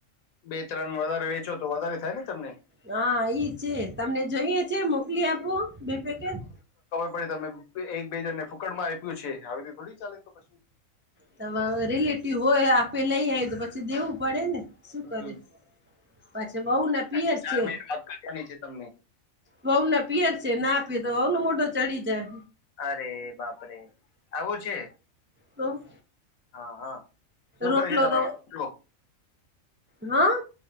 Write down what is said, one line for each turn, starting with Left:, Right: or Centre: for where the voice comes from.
Left: બે ત્રણ વધારે વેચો તો વધારે થાય ને તમને
Right: હા ઈ છે તમને જોઈએ છે મોકલી આપું બે પેકેટ
Left: તોયે તમે એક બેજણને ફૂકટમાં આપ્યું છે આવી રીતે થોડી ચાલે તો પછી
Right: ત રિલેટિવ હોય આ પેલા લઈ આવીઈ તો પછી દેવું પડે ને શું
Left: હમ
Right: કરે પાછી વઉના પિયર
Left: હજી ચાર
Right: છે
Left: મિનિટ વાત કરવાની છે તમને
Right: વઉના પિયર છે ના આપી તો વઉનું મોઢો ચડી જાય
Left: અરે બાપરેે આવું છે.
Right: તો
Left: હા હા શું
Right: રોટલો
Left: કરે છે તમારો
Right: તો
Left: પકયો
Right: હા